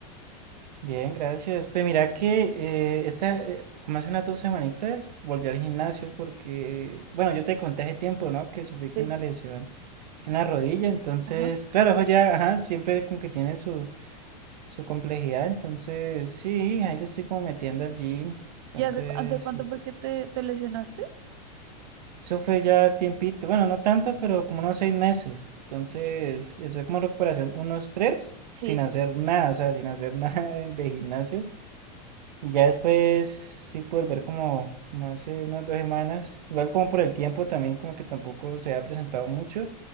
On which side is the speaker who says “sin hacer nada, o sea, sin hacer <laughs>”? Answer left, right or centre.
Right